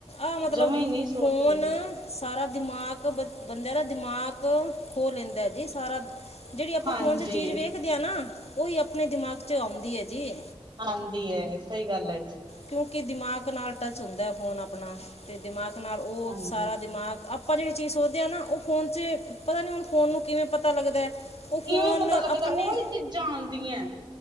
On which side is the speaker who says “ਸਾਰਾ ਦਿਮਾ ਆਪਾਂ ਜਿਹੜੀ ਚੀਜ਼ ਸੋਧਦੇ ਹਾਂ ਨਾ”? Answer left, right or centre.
Left